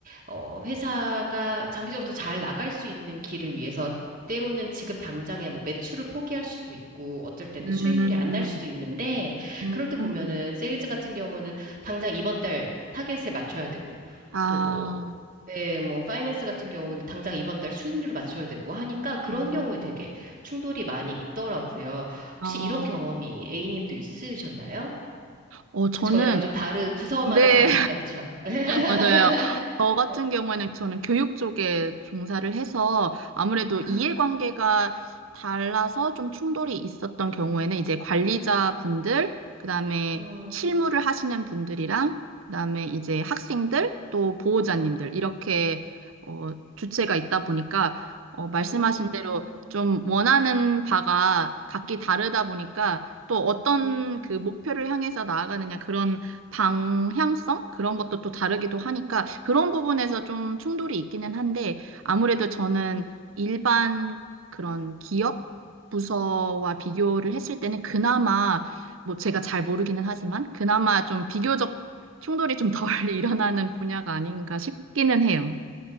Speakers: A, on the right (about 45°); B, on the right (about 80°).
A: 어, 회사가 장기적으로 더 잘 나갈 수 있는 길을 위해서 때로는 지금 당장에 뭐 매출을 포기할 수도 있고, 어쩔 때는
B: 음,
A: 수익률이 안 날 수도 있는데,
B: 음,
A: 그럴 때 보면은 세일즈 같은 경우는 당장 이번 달 타겟에 맞춰야 되고,
B: 아,
A: 또뭐 네, 뭐 파이낸스 같은 경우는 당장 이번 달 수익률을 맞춰야 되고 하니까 그런
B: 음,
A: 경우에 되게 충돌이 많이 있더라고요. 혹시
B: 아,
A: 이런 경험이 A님도 있으셨나요?
B: 어, 저는,
A: 저희랑 좀 다르 부서마다
B: 네
A: 다르니까 그쵸? <laughs>
B: 맞아요. 저 같은
A: 네.
B: 경우에는 저는 교육 쪽에 종사를 해서 아무래도
A: 아,
B: 이해관계가 달라서 좀 충돌이 있었던 경우에는 이제 관리자분들, 그다음에
A: 음,
B: 실무를 하시는 분들이랑 그다음에 이제 학생들 또 보호자님들
A: 음,
B: 이렇게 어, 주체가 있다 보니까 어, 말씀하신
A: 음,
B: 대로 좀 원하는 바가 각기 다르다 보니까 또 어떤
A: 음,
B: 그 목표를 향해서 나아가느냐 그런 방향성? 그런 것도 또 다르기도 하니까 그런 부분에서 좀 충돌이 있기는 한데 아무래도 저는
A: 음.
B: 일반 그런 기업 부서와 비교를 했을 때는 그나마 뭐 제가 잘 모르기는 하지만 그나마 좀 비교적 충돌이 좀 덜 <laughs> 일어나는 분야가 아닌가 싶기는 해요.